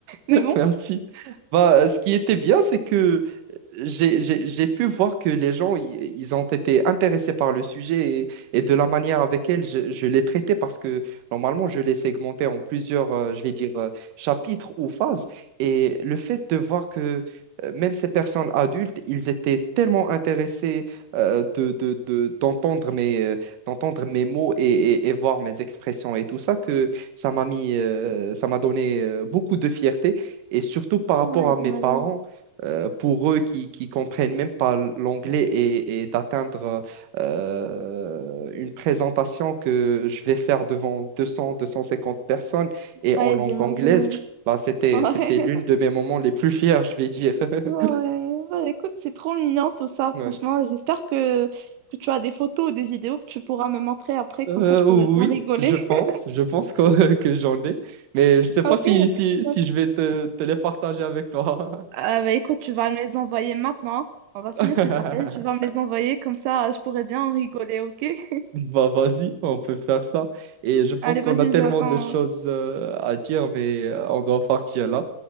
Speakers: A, on the right; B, on the right.
A: <laughs>
B: mais bon.
A: Merci. Bah, ce qui était bien, c'est que j'ai j'ai- j'ai pu voir que les gens, i- ils ont été intéressés par le sujet et, et de la manière avec elle je, je l'ai traité parce que normalement, je l'ai segmenté en plusieurs, euh, je vais dire, euh, chapitres ou phases. Et le fait de voir que euh, même ces personnes adultes, ils étaient tellement intéressés euh, de, de- de- d'entendre mes, euh, d'entendre mes mots et, et- et voir mes expressions et tout ça, que ça m'a mis, euh, ça m'a donné euh, beaucoup de fierté. Et surtout par rapport
B: Ouais,
A: à
B: j'imagine.
A: mes parents euh, pour eux qui qui comprennent même pas l'anglais et, et d'atteindre euh, une présentation que je vais faire devant 200, 250 personnes et
B: Ouais,
A: en langue
B: j'imagine.
A: anglaise, bah, c'était,
B: <laughs> Ouais.
A: c'était l'une de mes moments les plus fiers, je vais dire.
B: Ouais,
A: <laughs>
B: bah, écoute, c'est trop mignon tout ça,
A: Ouais.
B: franchement. J'espère que, que tu as des photos ou des vidéos que tu pourras me montrer après,
A: Euh,
B: comme ça je
A: oui,
B: pourrais bien rigoler.
A: je pense,
B: <laughs>
A: je pense que, <laughs> que j'en ai, mais je sais pas
B: Ok,
A: si,
B: ok,
A: si,
B: c'est top.
A: si je vais te, te les partager avec toi.
B: ah bah, écoute, tu vas me les envoyer maintenant. On va finir
A: <laughs>
B: cet appel, tu vas me les envoyer, comme ça euh, je pourrais bien en rigoler, ok? <laughs>
A: Bah vas-y, on peut faire ça. Et je pense
B: Allez,
A: qu'on
B: vas-y,
A: a tellement
B: j'attends.
A: de choses euh, à dire, mais euh, on doit partir là.